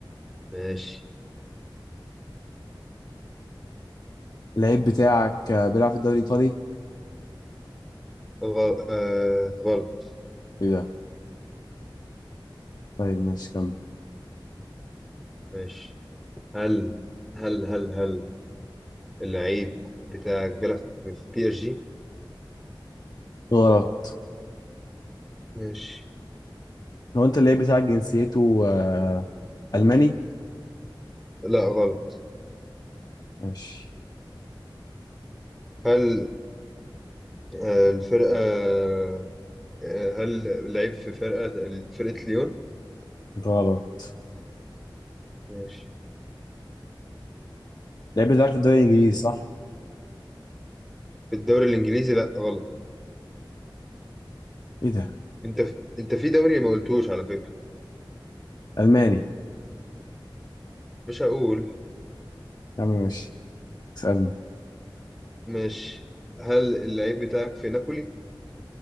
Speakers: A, in the centre; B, on the left.
A: ماشي
B: اللعيب بتاعك آه، بيلعب في الدوري الايطالي
A: غل... آه غلط
B: ايه ده طيب ماشي كمل
A: ماشي هل هل هل هل اللعيب بتاعك بيلعب في بي اس جي؟
B: غلط
A: ماشي
B: هو انت اللعيب بتاعك جنسيته آه، الماني
A: لا غلط
B: ماشي
A: هل آه الفرقة آه، هل لعب في فرقة فرقة ليون؟
B: غلط
A: ماشي
B: اللعيب بتاعك في الدوري الانجليزي صح
A: في الدوري الإنجليزي؟ لأ غلط
B: ايه ده
A: أنت في... أنت في دوري ما قلتوش على فكرة
B: الماني
A: مش هقول
B: يا عم ماشي اسالني
A: ماشي هل اللعيب بتاعك في نابولي؟